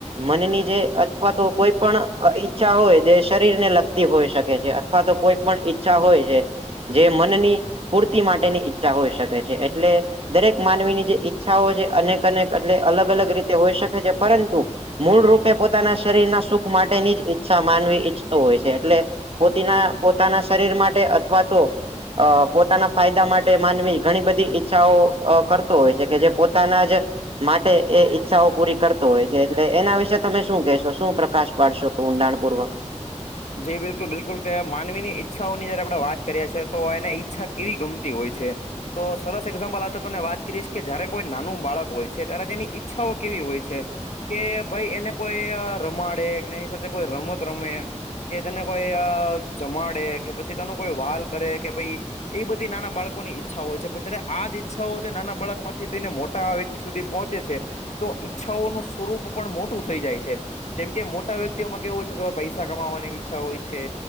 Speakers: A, on the right (about 50°); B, on the left (about 65°).
A: મનની જે અથવા તો કોઈ પણ ઈચ્છા હોય જે શરીર ને લગતી હોય શકે છે. અથવા તો કોઈ પણ ઈચ્છા હોય છે. જે મનની પૂર્તિ માટેની ઈચ્છા હોઈ શકે છે, એટલે દરેક માનવીની જે ઈચ્છાઓ છે અનેક અનેક એટલે અલગ અલગ રીતે હોઈ શકે છે પરંતુ મૂળ રૂપે પોતાના શરીરના સુખ માટેની જ ઈચ્છા માનવી ઈચ્છતો હોય છે એટલે પોતીના પોતાના શરીર માટે અથવા તો અહ પોતાના ફાયદા માટે માનવી ઘણી બધી ઈચ્છાઓ અહ કર તો હોય છે કે જે પોતાના જ માટે એ ઈચ્છાઓ પૂરી કર હોય છે એટલે એના વિશે તમે શું કહેશો શું પ્રકાશ પાડશો ઊંડાણપૂર્વક
B: જે બિલકુલ બિલકુલ કે માનવી ની ઈચ્છાઓની જ્યારે આપડે વાત કર્યા છે તો એને ઈચ્છા કેવી ગમતી હોય છે. તો સરસ એક્ઝામ્પલ આપ તને વાત કરીશ કે જયારે કોઈ નાનું બાળક હોય છે ત્યારે તેની ઈચ્છાઓ કેવી હોય છે કે ભાઈ એને કોઈ અહ રમાડે કે એની સાથે કોઈ રમત રમે કે તેને કોઈ અહ ચમાડે કે પછી કોઈ વાલ કરે પહિ એ બધી નાના બાળકો ની ઈચ્છા હોય છે પણ જયારે આ જ ઈચ્છાઓય તો નાના બાળક માંથી થઈને મોટા વ્યક્તિ સુધી પહોંચે છે તો ઈચ્છાઓનું સ્વરૂપ પણ મોટું થઈ જાય છે. જેમ કે મોટા વ્યક્તિઓમાં કેવુંય છે કે પૈસા કમાવાની ઈચ્છા હોય છે.